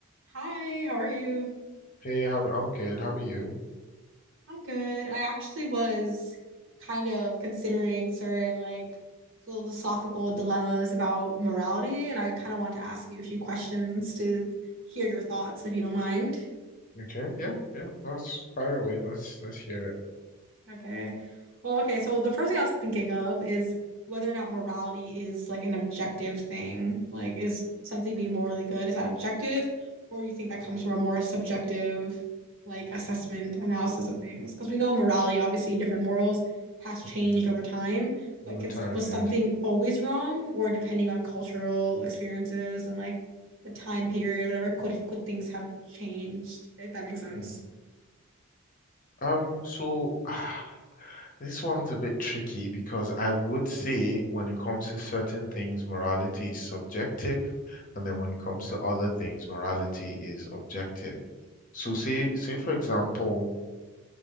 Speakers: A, on the right (about 60°); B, on the left (about 35°).
A: Hi, how are you?
B: Hey, how I'm good. How are you?
A: I'm good. I actually was kind of considering certain like philosophical dilemmas about morality, and I kind of want to ask you a few questions to hear your thoughts, if you don't mind.
B: Okay, yeah, yeah. Let's fire away. Let's let's hear it.
A: Okay. Well, okay, so the first thing I was thinking of is whether or not morality is like an objective thing. Like, is something being morally good, is that objective? Or do you think that comes from a more subjective, like, assessment, analysis of things? Because we know morality, obviously, in different morals has changed
B: Mm.
A: over time, but
B: Over
A: could,
B: time,
A: was
B: yes.
A: something always wrong? Or depending on cultural experiences and like the time period, whatever, could, could things have changed, if that makes sense?
B: Mm. Um, so <sighs> ah, this one's a bit tricky because I would say when it comes to certain things, morality is subjective, and then when it comes to other things, morality is objective. So say say for example,